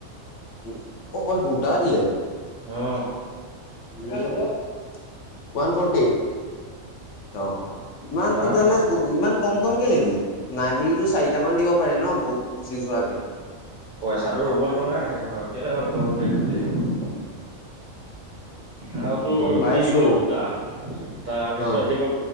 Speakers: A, on the left; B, on the right.
A: উম অকল দুটা দিয়ে।
B: অ।
A: ভাল হব। ওৱান ফৰ্টি অ ইমান
B: তাৰপিছ
A: তেতিয়াহ'লে ইমান কম কম কেলে দিয়ে নাই বুলিতো চাৰিটা মান দিব পাৰে ন ভোক গুচি যোৱাকে
B: পইচাটো ৰব লাগিব না সিহঁতৰ কেলে লগৰ বুলি সেইটো দি দিব আৰু তোৰ
A: গম
B: ৰুটি
A: পাইছো
B: দিব দুটা তাৰপিছত
A: অ
B: দিব